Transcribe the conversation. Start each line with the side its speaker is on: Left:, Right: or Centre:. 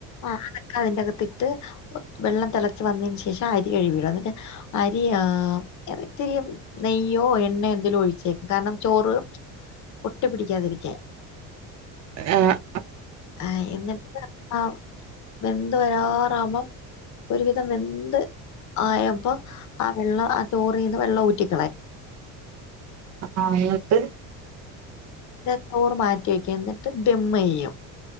Left: ആഹ് അതൊക്കെ അതിന്റക ത്തിട്ട് വെള്ളം തെളച്ച് വന്നതിന് ശേഷം അരി കഴികി ഇടുക അന്നിട്ട് അരിയാ <unintelligible> നെയ്യോ എണ്ണയോ എന്തേലും ഒഴിച്ചേക്ക് കാരണം ചോറ് ഒട്ടി പിടിക്കാതെ ഇരിക്കാൻ
Right: ആഹ്
Left: ആഹ് എന്നിട്ട് ആ വെന്ത് വരാറാവുമ്പം ഒരുവിധം വെന്ത് ആയപ്പ ആ വെള്ളം ആ ചോറിന്ന് വെള്ളം ഊറ്റിക്കളയും
Right: ആഹ് എന്നിട്ട്
Left: ട്ട് ചോർ മാറ്റി വെയ്ക്കും എന്നിട്ട് ദെമ്മെയ്യും